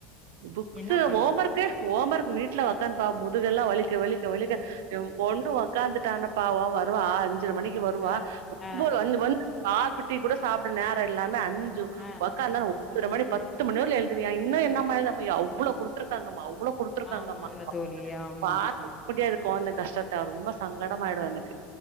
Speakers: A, on the right; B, on the left.
A: புக்ஸூ
B: என்ன பண்றது
A: ஹோமொர்க்கு ஹோமொர்க் வீட்ல வக்கன்ட்டா முதுகெல்லா வலிக்க வலிக்க வலிக்க எ பொண்ணு ஒக்காந்துட்டான பாவோ வருவா ஆ அஞ்சர மணிக்கு வருவா
B: அ
A: ஒன்பது
B: அ
A: அஞ்சு மணிக்கு காப்பி டீ கூட சாப்ட நேர இல்லாம அஞ்சு
B: அ
A: ஒக்காந்தானா ஒம்பதற மணி பத்து மணிவர்லியு எழுதுவியா இன்னு என்னம்மா என்னாம்மா‌ எழு அவ்ளோ குடுத்துருக்காங்கம்மா அவ்ளோ குடுத் த்துருக்காங்கம்மா
B: ஆமாங்க
A: அப்டின்பா
B: தோழி ஆமா
A: பாக்க முடியாது கொழந்த கஷ்டத்த ரொம்ப சங்கடமாயிடு எனக்கு